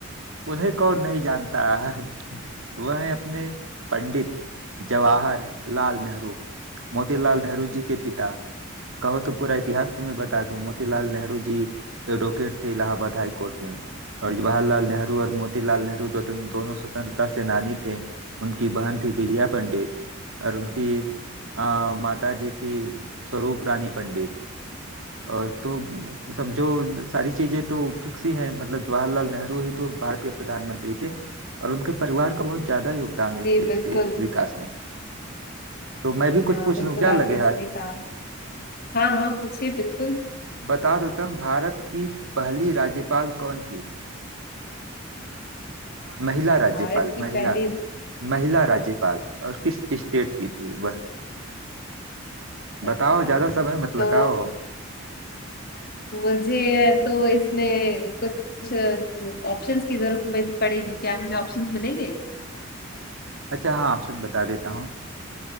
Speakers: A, on the right (about 75°); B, on the left (about 50°).
A: उन्हें कौन नहीं जानता <laughs> वह है अपने पंडित जवाहर लाल नेहरू मोतीलाल नेहरू जी के पिता कहो तो पूरा इतिहास तुम्हें बता दूं मोतीलाल नेहरू जी एडवोकेट थे इलाहाबाद हाई कोर्ट में और जवाहरलाल नेहरू और मोतीलाल नेहरू दो, दोनों स्वतंत्रता सेनानी थे उनकी बहन थी विजया पंडित और उनकी आ, माता जी थी स्वरूप रानी पंडित और तो मतलब समझो सारी चीजें तो फिक्स ही हैं मतलब जवाहरलाल नेहरू ही तो भारत के प्रधानमंत्री थे और उनके परिवार का बहुत ज्यादा योगदान है
B: जी
A: इस देश
B: बिल्कुल
A: के विकास में तो मैं भी
B: हाँ
A: कुछ पूछ
B: बिल्कुल
A: लूं क्या लगे
B: आपने
A: हाथ
B: सही कहा हाँ हाँ पूछिए बिल्कुल
A: बता दो तुम भारत की पहली राज्यपाल कौन थी महिला राज्यपाल
B: भारत की
A: महिला
B: पहली
A: महिला राज्यपाल और किस स्टेट की थी वह
B: अच्छा
A: बताओ ज्यादा समय मत लगाओ
B: तो मुझे तो इसमें कुछ ऑप्शंस की जरूरत मे- पड़ेगी क्या मुझे ऑप्शंस मिलेंगे
A: अच्छा हाँ ऑप्शन बता देता हूँ